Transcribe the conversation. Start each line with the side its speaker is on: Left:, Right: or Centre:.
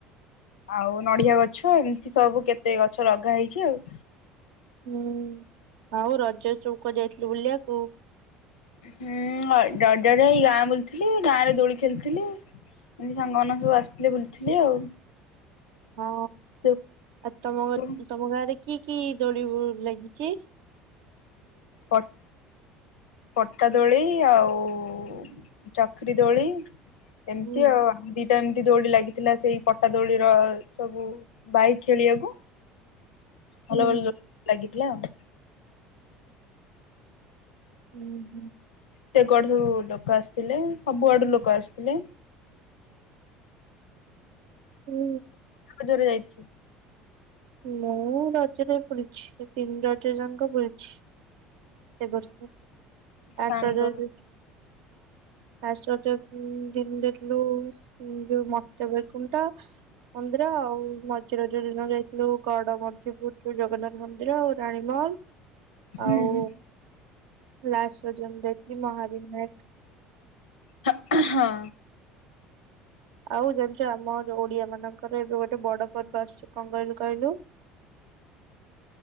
Left: ଆଉ ନଡ଼ିଆ ଗଛ ଏମିତି ସବୁ କେତେ ଗଛ ଲଗା ହେଇଛି ଆଉ।
Right: ହୁଁ ଆଉ ରଜ ଚୌକ ଯାଇଥିଲୁ ବୁଲିବାକୁ?
Left: ହୁଁ ର ଜଜ ରେ ଗାଁ ବୁଲଥିଲି ଗାଁରେ ଦୋଳି ଖେଳିଥିଲି। ଏମତି ସାଙ୍ଗ ମାନେ ସବୁ ଆସିଥିଲେ ବୁଲଥିଲି ଆଉ।
Right: ହଁ
Left: ତୁ
Right: ଆଉ ତମ
Left: ତୁ
Right: ତମ ଗାଁରେ କି କି ଦୋଳିିବୁ ଲାଗିଚି?
Left: ପର୍ ପଟା ଦୋଳି ଆଉ ଉ ଚକ୍ରି ଦୋଳି ଏମତି
Right: ହୁଁ
Left: ଆଉ ଆମ ଦିଟା ଏମତି। ଦଉଡି ଲାଗିଥିଲା ସେଇ ପଟା ଦୋଳିର ସବୁ ବାହି ଖେଳିବାକୁ।
Right: ହୁଁ
Left: ଭଲ ଭଲ ଲାଗିଥିଲା ଆଉ।
Right: ଉଁ ହୁଁ।
Left: ତେ କୁଆଡୁ ସବୁ ଲୋକ ଆସିଥିଲେ ସବୁଆଡୁ ଲୋକ ଆସିଥିଲେ।
Right: ହୁଁ।
Left: ଜରରେ ଯାଇଥିଲି।
Right: ମୁଁ ରଜରେ ବୁଲିଛି ତିନି ରଜ ଯାଙ୍କ ବୁଲିଛି। ଏବର୍ଷ
Left: ସାଙ୍ଗ
Right: ଆସ ଯାଇକି। ଫାଷ୍ଟ ରଜ ଦିନ୍ ଯାଇଥିଲୁ ଯୋଉ ମର୍ତ୍ତ୍ୟ ବଇକୁଣ୍ଟ। ମନ୍ଦିର ଆଉ ମଝି ରଜ ଦିନ ଯାଇଥିଲୁ ଗଡମଧୁପୁର ଯୋଉ ଜଗନ୍ନାଥ ମନ୍ଦିର ଆଉ ରାଣୀ ମହଲ
Left: ହୁଁ
Right: ଆଉ
Left: ହୁଁ
Right: ଲାଷ୍ଟ ରଜ ଦିନ ଯାଇଥିଲି ମହାବିିନାୟକ।
Left: ହଁ ଏ ହଁ।
Right: ଆଉ ଜାଣିଚୁ ଆମ ଯୋଉ ଓଡ଼ିଆ ମାନଙ୍କର ଏବେ ଗୋଟେ ବଡ ପର୍ବ ଆସୁଚି କଣ କହିଲୁ କହିଲୁ